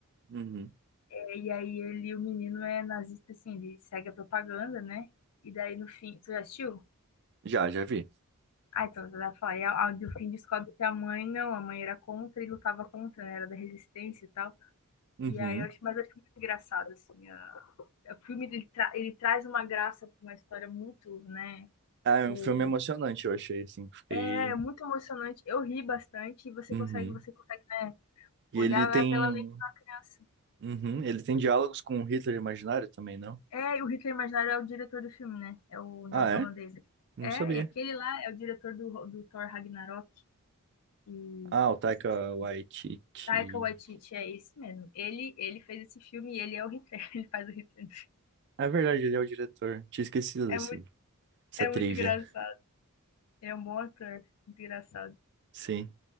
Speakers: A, on the right; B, on the left.
A: Uhum.
B: É, e aí ele, o menino é nazista, assim, ele segue a propaganda, né? E daí no fim, você já assistiu?
A: Já, já vi.
B: Ah, então você vai falar. E a, a, no fim descobre que a mãe não, a mãe era contra e lutava contra, né? Era da resistência e tal.
A: Uhum.
B: E aí eu acho, mas eu acho muito engraçado, assim. a- o filme ele, tra- ele traz uma graça pra uma história muito, né?
A: Ah, é
B: O
A: um filme emocionante, eu achei, assim, fiquei...
B: é muito emocionante. Eu ri bastante e você
A: Uhum.
B: consegue, você consegue, né,
A: E
B: olhar
A: ele tem...
B: é pela lente da criança.
A: Uhum. Ele tem diálogos com o Hitler imaginário também, não?
B: É, e o Hitler Imaginário é o diretor do filme, né? É o neozelandês.
A: Ah, é? Não
B: É,
A: sabia.
B: e aquele lá é o diretor do, do Thor Ragnarok. E
A: Ah, o Taika
B: esqueci o nome
A: Waititi...
B: dele. Taika Waititi, é esse mesmo. Ele, ele fez esse filme e ele é o Hitler. <laughs> Ele faz o Hitler.
A: É verdade, ele é o diretor. Tinha esquecido
B: É
A: desse...
B: muito,
A: Essa
B: é
A: trivia.
B: muito engraçado. Ele é um bom ator. Muito engraçado.
A: Sim.